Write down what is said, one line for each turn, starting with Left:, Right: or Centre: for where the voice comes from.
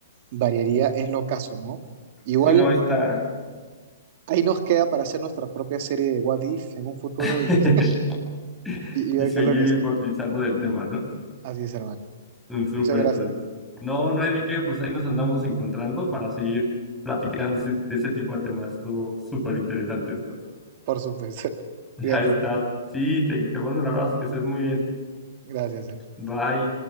Right: variaría, es lo caso, ¿no? Igual
Centre: Sí, no, está.
Right: ahí nos queda para hacer nuestra propia serie de What If en un futuro
Centre: <laughs>
Right: y, y- y
Centre: Y
Right: ver
Centre: seguir
Right: qué es lo que es.
Centre: hipotetizando del tema, ¿no?
Right: Así es, hermano.
Centre: Mm, Súper,
Right: Muchas gracias,
Centre: pues. No, no hay de qué, pues ahí nos andamos encontrando para seguir platicando de ese, de ese tipo de temas. Estuvo súper interesante esto. <laughs>
Right: por supuesto. <laughs> Cuídate,
Centre: Ya estás.
Right: hermano.
Centre: Sí, te, te mando un abrazo, que estés muy bien.
Right: Gracias, hermano.
Centre: Bye.